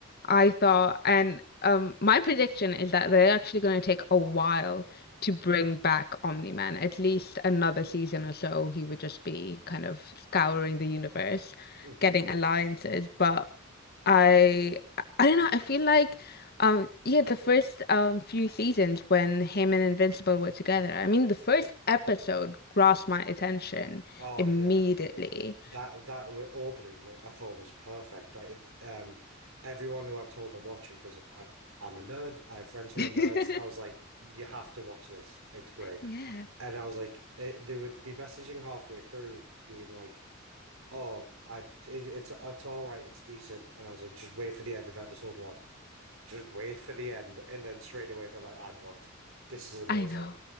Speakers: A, on the left; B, on the right.
A: I thought, and um, my prediction is that they're actually going to take a while to bring back Omni-Man, at least another season or so. He would just be kind of scouring the universe,
B: hmm
A: getting alliances. But I, I don't know. I feel like, um, yeah, the first um few seasons when him and Invincible were together. I mean, the first episode grasped my attention
B: Oh
A: immediately.
B: yeah, that that w- opening wa- I thought was perfect. I it, um everyone who I told to watch it because I I'm a nerd. I have friends who
A: <laughs>
B: are nerds. I was like, you have to watch this. It's great.
A: Yeah.
B: And I was like, it, they would be messaging halfway through, being like. Oh, I it- it's it's all right. It's decent. And I was like, just wait for the end of episode one. Just wait for the end, and then straight away they're like, I'm hooked. This is amazing.
A: I know,